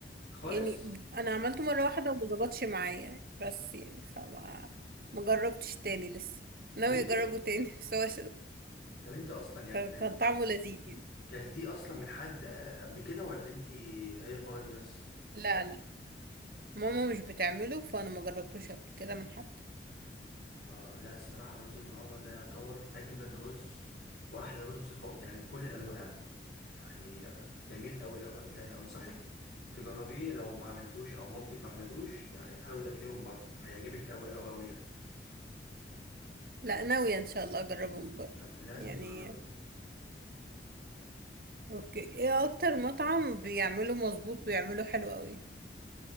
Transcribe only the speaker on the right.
يعني أنا عملته مرة واحدة وما ظبطش معايا بس يعني فما ما جربتش تاني لسه ناوية
أجربه تاني بس هو
كان
كان طعمه لذيذ يعني.
لا لا ماما مش بتعمله فانا ما جربتوش قبل كده من حد
لا ناوية ان شاء الله اجربه من بره
يعني
اوكي ايه اكتر مطعم بيعمله مظبوط ويعمله حلو قوي